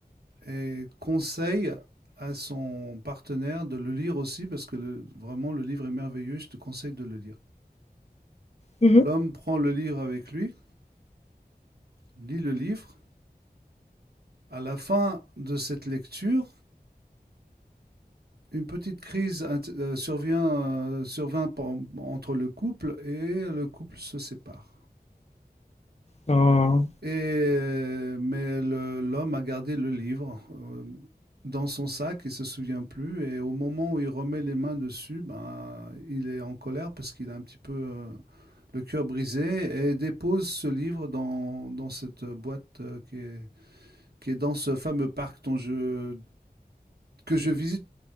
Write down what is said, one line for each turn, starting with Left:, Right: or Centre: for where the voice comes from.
Right: et conseille à son partenaire de le lire aussi, parce que le- vraiment le livre est merveilleux, je te conseille de le lire.
Left: mhm.
Right: L'homme
Left: mhm.
Right: prend le livre avec lui, lit le livre. À la fin de cette lecture, une petite crise euh, survient, euh, survint entre le couple et le couple se sépare.
Left: Ah,
Right: Et, mais l'homme a gardé le livre euh, dans son sac, il ne se souvient plus. Et au moment où il remet les mains dessus, ben, il est en colère parce qu'il a un petit peu euh, le cœur brisé et dépose ce livre dans, dans cette boîte euh, qui est, qui est dans ce fameux parc dont je, que je visite,